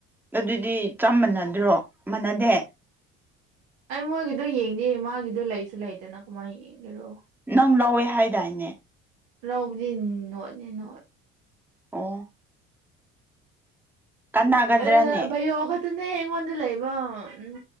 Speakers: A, in the centre; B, on the right.
A: ꯑꯗꯨꯗꯤ ꯆꯞ ꯃꯥꯟꯅꯗ꯭ꯔꯣ ꯃꯥꯟꯅꯗꯦ
B: ꯑꯩ ꯃꯣꯏꯒꯤꯗꯣ ꯌꯦꯡꯗꯦ ꯃꯥꯒꯤꯗꯣ ꯂꯩꯁꯨ ꯂꯩꯗꯅ ꯀꯃꯥꯏꯅ ꯌꯦꯡꯒꯦꯔꯣ
A: ꯅꯪ ꯂꯧꯋꯦ ꯍꯥꯏꯗꯥꯏꯅꯦ
B: ꯂꯥꯎꯕꯨꯗꯤ ꯅꯣꯠꯅꯤ ꯅꯣꯠ
A: ꯑꯣ ꯀꯥꯟꯅꯒꯗ꯭ꯔꯅꯦ
B: ꯑꯦ ꯕꯩꯌꯣꯒꯠ ꯇꯨꯅꯦ ꯑꯩꯉꯣꯟꯗ ꯂꯩꯕ ꯎꯝ